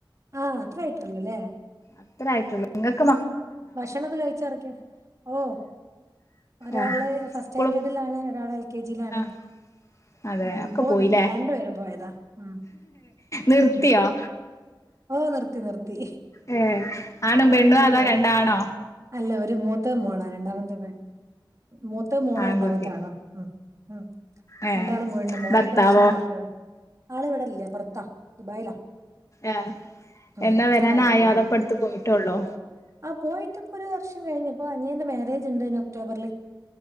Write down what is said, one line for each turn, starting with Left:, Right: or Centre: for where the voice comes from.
Right: ആഹ അത്ര ആയിട്ടള്ളൂ അല്ലേ
Left: അത്രയിട്ടുള്ളൂ നിങ്ങൾക്ക്
Right: ഭക്ഷണംഒക്കെ കഴിച്ചറക്കഓ ഒരാള്
Left: ആഹ്
Right: ഫസ്റ്റ്
Left: സ്കൂള്
Right: സ്റ്റാൻഡേർഡിൽ ആണ് ഒരാൾ എൽ കെ ജിയിൽ ആണ്
Left: ആഹ് അതെ
Right: ഉം
Left: ഒക്കെ
Right: പോവുന്നുണ്ടല്ല
Left: പോയില്ലേ
Right: രണ്ടു പേരും പോയതാ ഉം
Left: നിർത്തിയോ
Right: ഉം ഓ നിർത്തി നിർത്തി
Left: ഏ ആണും
Right: ഓ
Left: പെണ്ണും
Right: അതൊക്കെ
Left: അതോ
Right: നിർത്തി
Left: രണ്ടാണോ
Right: അല്ല ഒരു മൂത്ത മോളാ രണ്ടാമത്തെ മൂത്ത മോള്
Left: ആൺകുട്ടി
Right: രണ്ടാമത്തെ ആണു ആ ഉം ഉം
Left: ഏ
Right: രണ്ടാളും പോവ്ണ്ട് മോനെ
Left: ഭർത്താവോ
Right: ഇപ്രാവശ്യം ചേർത്തി ആള് ഇവടല്ല പുറത്താ ദുബായിലാ
Left: ആഹ
Right: ഉം
Left: എന്നാ വരാൻ
Right: ആടെ വർക്ക്
Left: ആയോ
Right: ചെയ്യ
Left: അതോ ഇപ്പടുത്തു പോയിട്ടള്ളോ
Right: ആ പോയിറ്റ് ഇപ്പോ ഒരു വർഷം കഴിഞ്ഞു ഇപ്പോ അനിയന്റെ മാരേജ് ഇണ്ട് ഇനി ഒക്ടോബറില്